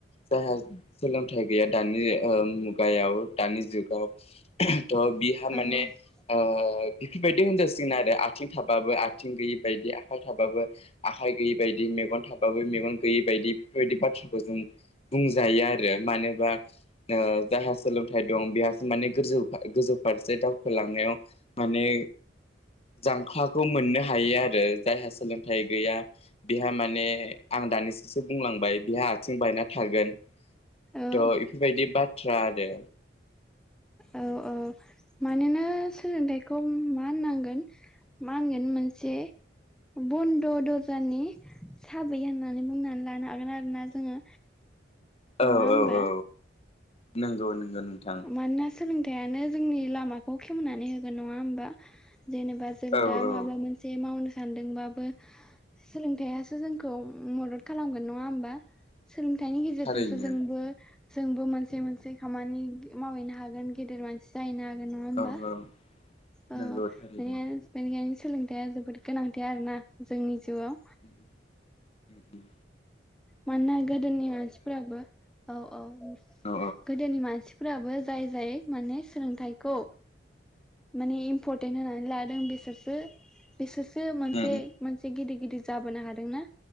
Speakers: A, on the left; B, in the centre.
A: जायहा सोलोंथाइ गैया ओ दानि मुगायाव दानि जुगाव <unintelligible> द बिहा माने
B: औ
A: ओ बेफोरबायदि होनजासिगोन आरो आथिं थाबाबो आथिं गैयै बायदि आखाइ थाबाबो आखाइ गैयि बायदि मेगन थाबाबो मेगन गोयै बायदि बेफोरबायदि बाथ्राखौ जों बुंजायो आरो मानोबा ओ जायहा सोलोंथाइ दं बेहासो माने गोजौ गोजौ फारसे दावखोलांनायाव माने जांख्लाखौ मोननो हायो आरो। जायहा सोलोंथाइ गैया। बेहा माने आं दानिसोसो बुंलांबाय। बेहा आथिं बायना थागोन
B: औ
A: थ' इफोरबायदि बाद थ्रा दो
B: औ औ मानोना सोलोंथाइखौ मा होननांगोन मा होनगोन मोनसे बन्द दर्जानि साबि होननानै बुंनानै लानो हागोन आरोना जोङो नङा
A: औ
B: होमबा
A: औ औ नंगौ नंगौ नोंथां।
B: मानो ना सोलों थाइयानो जोंनि लामाखौ खेवनानै होगोन नङा होमबा जेनेबा जों
A: औ
B: दा
A: औ
B: माबा मोनसे मावनो सान्दोंबाबो सोलोंथाइयासो जोंखौ मदद खालामगोन नङा होमबा? सोलोंथाइनि गेजेरजोंसो
A: थारैनो
B: जोंबो जोंबो मोनसे मोनसे खामानि मावहैनो हागोन गेदेर मानसि जाहैनो हा गोन नङा होनबा
A: औ औ
B: ओ
A: नंगौ थारैनो
B: बेनिखायनो बेनिखायनो सोलोंथाइआ जोबोद गोनांथि आरोना जोंनि जिउआव
A: उम उम
B: मानोना गोदोनि मानसिफोराबो औ औ
A: औ
B: गोदोनि मान मानसिफोराबो जाय जाय माने सोलोंथाइखौ माने इम्परटेन्ट होनानै लादों बिसोरसो बिसोरसो मोनसे
A: ओं
B: मोनसे गिदिर गिदिर जाबोनो हादोंना